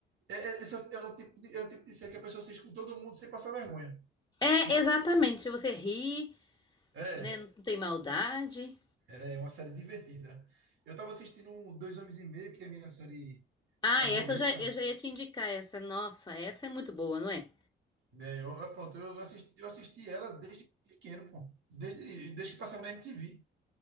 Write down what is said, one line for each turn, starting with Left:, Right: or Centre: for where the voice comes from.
Right: É, é- esse é o, é o tipo de, é o tipo de série que a pessoa assiste com todo mundo sem passar vergonha,
Left: É,
Right: não
Left: exatamente.
Right: é?
Left: Você ri,
Right: É,
Left: né? Não tem maldade.
Right: é uma série divertida. Eu estava assistindo um Dois Homens e Meio, que é a minha série
Left: Ah,
Right: favorita.
Left: essa eu já, eu já ia te indicar essa. Nossa, essa é muito boa, não é?
Right: né? eu, eu- pronto, eu assisti, eu assisti ela desde pequeno, pô. Desde, desde que passava na MTV.